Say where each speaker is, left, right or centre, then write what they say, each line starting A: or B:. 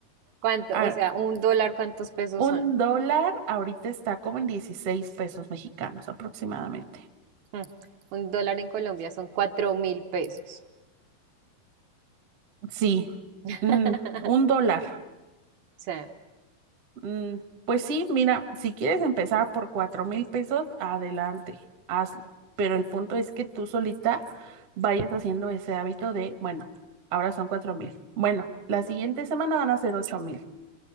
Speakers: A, on the right; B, on the right.
A: ¿Cuánto?
B: Ah,
A: O sea, un dólar, ¿cuántos pesos
B: un
A: son?
B: dólar ahorita está como en 16 pesos mexicanos aproximadamente.
A: Hmm, Un dólar en Colombia son cuatro mil pesos.
B: Sí,
A: <laughs>
B: mm, un dólar.
A: O sea,
B: Mm, pues sí, mira, si quieres empezar por cuatro mil pesos, adelante, hazlo. Pero el punto es que tú solita vayas haciendo ese hábito de, bueno, ahora son cuatro mil. Bueno, la siguiente semana van a ser ocho mil.